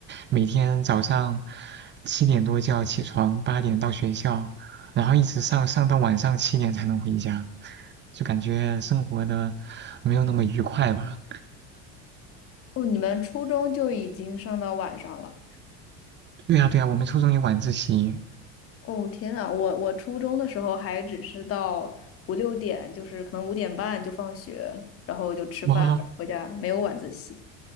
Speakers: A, on the right; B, on the left.
A: 每天早上七点多就要起床，八点到学校，然后一直上上到晚上七点才能回家。就感觉生活的没有那么愉快吧。
B: 哦，你们初中就已经上到晚上了。
A: 对呀对呀，我们初中有晚自习，
B: 哦，天呐，我我初中的时候还只是到五六点，就是可能五点半就放学，然后就吃饭回家，
A: 哇，
B: 没有晚自习。